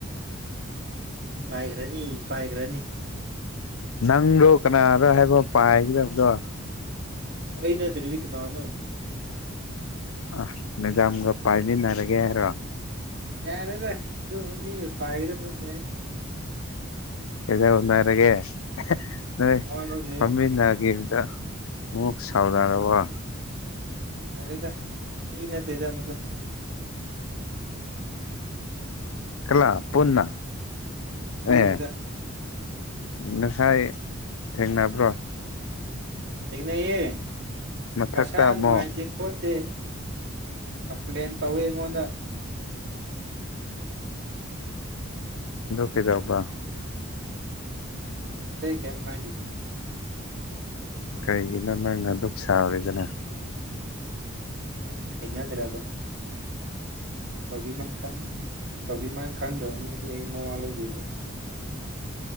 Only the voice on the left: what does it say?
ꯅꯪꯗꯣ ꯀꯅꯥꯔꯣ ꯍꯥꯏꯕ ꯄꯥꯏꯒꯗꯕꯗꯣ
ꯑ ꯃꯦꯖꯥꯝꯒ ꯄꯥꯏꯃꯤꯟꯅꯔꯒꯦ ꯍꯥꯏꯔꯣ
ꯑꯦꯗꯔ ꯑꯗꯨꯦ ꯅꯣꯏ
ꯇꯝꯕꯤꯟ ꯍꯥꯏꯒꯦꯗ ꯃꯛ ꯁꯥꯎꯗꯥꯥꯔꯕ
ꯀꯂ ꯄꯨꯟꯅ
ꯑꯦ
ꯉꯁꯥꯏ ꯊꯦꯡꯅꯕ꯭ꯔꯣ
ꯃꯊꯛꯇ
ꯑꯃꯨꯛ
ꯂꯗꯨ ꯀꯗꯕꯕꯥ
ꯀꯩꯒꯤꯅꯣ ꯅꯪꯅ ꯗꯨꯛ ꯁꯥꯔꯤꯗꯅ